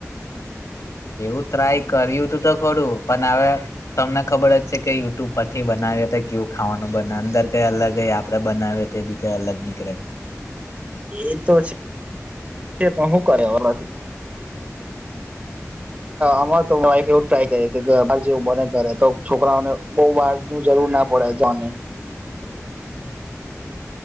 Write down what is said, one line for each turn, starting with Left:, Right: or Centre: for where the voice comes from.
Left: એવું ટ્રાય કર્યું હતું. તો ખોડું પણ હવે, તમને ખબર જ છે, કે યુટ્યુબ પરથી બનાવીએ તો, કેવું ખાવાનું બને અંદર કઈ અલગ હ, આપણેે બનાવીએ તો એ બી કઈ અલગ નીકળે.
Right: એતો છે. પણ હું કરે હવે, અમારે તો વાઈફ એવું જ ટ્રાય કરી કે, બાર જેવું બને ઘરે તો છોકરાઓને બહુ બહાર જરૂર ના પડે જની